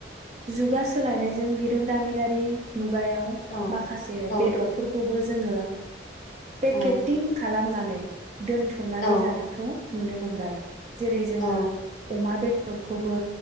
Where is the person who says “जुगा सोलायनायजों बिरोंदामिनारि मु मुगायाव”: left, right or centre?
Right